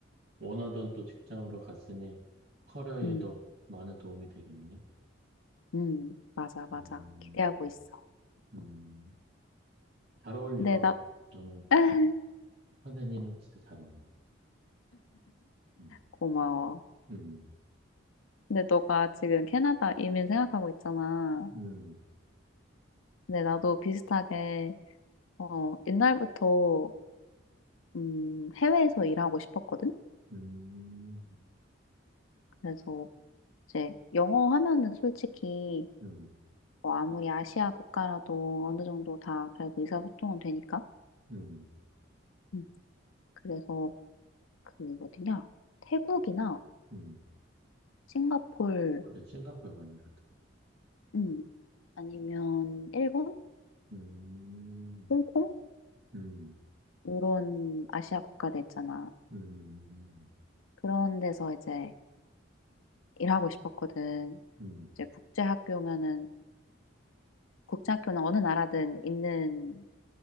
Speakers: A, on the right; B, on the left.
A: 원하던 또 직장으로 갔으니 커리어에도
B: 음,
A: 많은 도움이 되겠네.
B: 음, 맞아, 맞아.
A: 음,
B: 기대하고 있어.
A: 음, 잘 어울려.
B: 근데 나,
A: 저는
B: <laughs>
A: 선생님 진짜 잘 어울려. 음,
B: 고마워.
A: 음,
B: 근데 너가 지금 캐나다 이민 생각하고 있잖아.
A: 음,
B: 근데 나도 비슷하게, 어, 옛날부터, 음, 해외에서 일하고 싶었거든?
A: 음,
B: 그래서 이제 영어 하면은 솔직히,
A: 음,
B: 뭐 아무리 아시아 국가라도 어느 정도 다 그래도 의사소통은 되니까.
A: 음,
B: 음, 그래서 그 어디냐? 태국이나
A: 음.
B: 싱가폴
A: 그래, 싱가포르 많이 갔다.
B: 음. 아니면 일본,
A: 음.
B: 홍콩
A: 음,
B: 이런 아시아 국가들 있잖아.
A: 음,
B: 그런 데서 이제 일하고 싶었거든.
A: 음,
B: 이제 국제학교면은 국제학교는 어느 나라든 있는